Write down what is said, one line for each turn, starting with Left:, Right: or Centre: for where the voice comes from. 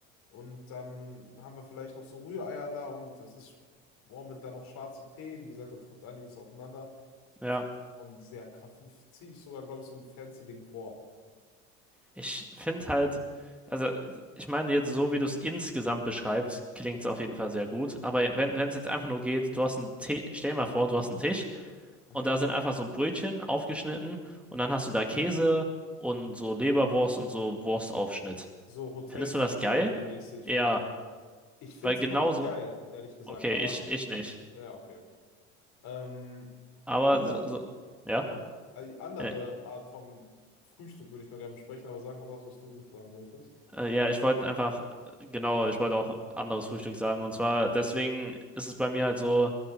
Left: Und dann haben wir vielleicht noch so Rühreier da und das ist, boah, mit dann noch schwarzem Tee. Wie gesagt, da trifft einiges aufeinander.
Centre: ja.
Left: Und sehr krass. Ziehe ich sogar, glaube ich, so ein fancy Ding vor.
Centre: Ich finde halt, also ich meine jetzt so, wie du es insgesamt beschreibst, klingt es auf jeden Fall sehr gut. Aber wenn wenn es jetzt einfach nur geht, du hast einen Tisch, stell dir mal vor, du hast einen Tisch und
Left: Mhm.
Centre: da sind einfach so Brötchen aufgeschnitten und dann hast du da Käse und so Leberwurst und so Wurstaufschnitt.
Left: So Hotelfrühstück
Centre: Findest du das geil?
Left: mäßig
Centre: Ja,
Left: oder. Ich finde
Centre: weil
Left: es
Centre: genauso,
Left: immer noch geil, ehrlich gesagt.
Centre: okay,
Left: Aber
Centre: ich, ich nicht.
Left: ja, okay. Ähm,
Centre: Aber
Left: ander
Centre: so, so ja,
Left: Aha. Also die andere
Centre: äh,
Left: Art von Frühstück würde ich noch gerne besprechen, aber sag noch das, was du sagen wolltest.
Centre: äh, ja, ich wollte einfach, genau, ich wollte auch anderes Frühstück sagen. Und zwar, deswegen ist es bei mir halt so,